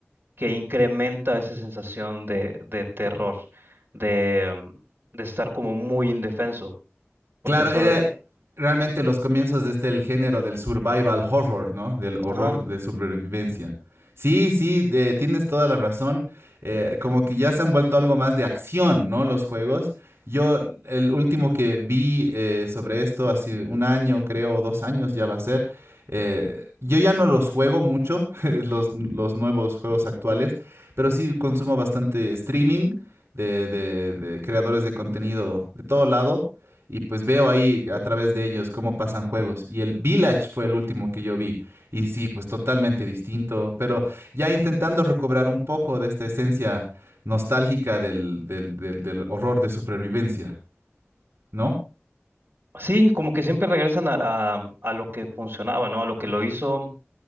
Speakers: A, on the right (about 50°); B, on the right (about 70°).
A: que incrementa esa sensación de, de terror, de, mm, de estar como muy indefenso, porque
B: Claro,
A: eso,
B: era realmente los comienzos de este el género del survival horror, ¿no? Del horror
A: ajá.
B: de sobrevivencia. Sí, sí, de- tienes toda la razón. Eh, como que ya se han vuelto algo más de acción, ¿no? Los juegos. Yo, el último que vi eh, sobre esto hace un año, creo, o dos años ya va a ser. eh, yo ya no los juego mucho, <laughs> los, los nuevos juegos actuales, pero sí consumo bastante streaming de, de de creadores de contenido de todo lado. Y pues veo ahí a través de ellos cómo pasan juegos. Y el Village fue el último que yo vi. Y sí, pues totalmente distinto, pero ya intentando recobrar un poco de esta esencia nostálgica del, del, del, del horror de supervivencia, ¿no?
A: Sí, como que siempre regresan a, a, a lo que funcionaba, ¿no? A lo que lo hizo